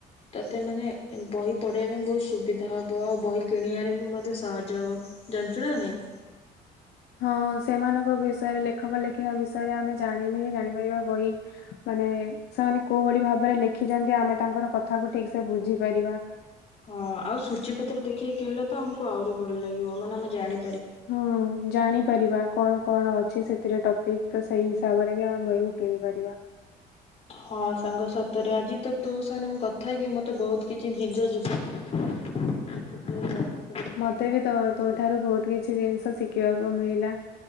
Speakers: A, on the left; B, on the left.
A: ତତେ ମାନେ ବହି ପଢ଼ିବା ପାଇଁ ବୋହୁତ ସୁବି ହବ ଆଉ ବହି କିଣିବାରେ ବି ମଧ୍ୟ ସହଜ ହବ ଜାଣିଚୁ ନା ନାଇଁ?
B: ହଁ ସେମାନଙ୍କ ବିଷୟରେ ଲେଖକ ଲେଖିକା ବିଷୟରେ ଆମେ ଜାଣିନେ ଜାଣିପାରିବା ବହି ମାନେ ସେମାନେ କୋଉ ଭଳି ଭାବରେ ଲେଖିଚନ୍ତି ଆମେ ତାଙ୍କର କଥାକୁ ଠିକସେ ବୁଝିପାରିବା।
A: ହଁ ଆଉ ସୁଚି ପତ୍ର ଦେଖିକି କିଣିଲେ ତ ଆମକୁ ଆହୁରି ଭଲ ଲାଗିବ ମାନେ ଆମେ ଜାଣି
B: ହଁ ଜାଣିପାରିବା। କଣ କଣ ଅଛି ସେଥିରେ ଟପିକ୍ ତ ସେଇ ହିସାବରେ ବି ଆମେ ବହିକୁ କିଣିପାରିବା।
A: ହଁ ସାଙ୍ଗ ସତରେ ଆଜି ତ ତୋ ସାଙ୍ଗରେ ମୁଁ କଥା ହେଇକି ମତେ ବୋହୁତ କିଛି ଜିଜ ଯିବନି
B: <inaudible>
A: ହେତିକି ରଖ।
B: ମତେ ବି ତ ତୋ ଠାରୁ ବୋହୁତ କିଛି ଜିନିଷ ଶିଖିବାକୁ ମିଳିଲା।